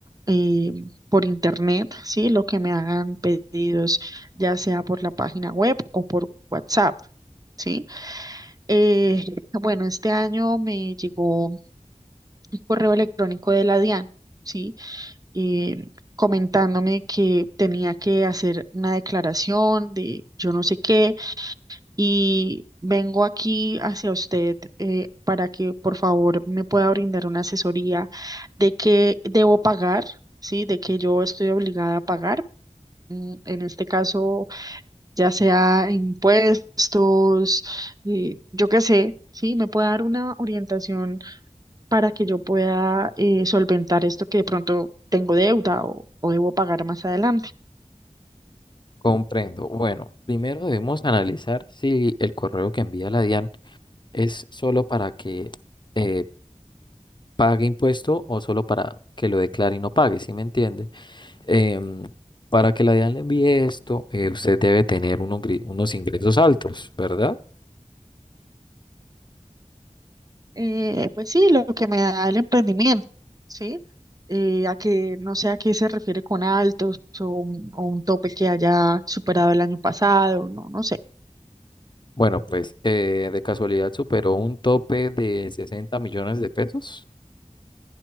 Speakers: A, on the right; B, on the left.
A: eh, por internet, ¿sí? Lo que me hagan pedidos, ya sea por la página web o por WhatsApp, ¿sí? Eh, bueno, este año me llegó un correo electrónico de la DIAN, ¿sí? Eh, comentándome que tenía que hacer una declaración de yo no sé qué y vengo aquí hacia usted eh, para que por favor me pueda brindar una asesoría de qué debo pagar, ¿sí? De que yo estoy obligada a pagar mm, en este caso, ya sea impuestos, eh, yo qué sé, sí, me puede dar una orientación para que yo pueda eh, solventar esto que de pronto tengo deuda o, o debo pagar más adelante.
B: Comprendo. Bueno, primero debemos analizar si el correo que envía la DIAN es solo para que eh, pague impuesto o solo para que lo declare y no pague, ¿sí me entiende? Em, para que la DIAN le envíe esto, eh, usted debe tener unos gri- unos ingresos altos, ¿verdad?
A: Eh, pues sí, lo que me da el emprendimiento, ¿sí? Eh, a que no sé a qué se refiere con altos o un, o un tope que haya superado el año pasado, no, no sé.
B: Bueno, pues eh, de casualidad superó un tope de 60 millones de pesos.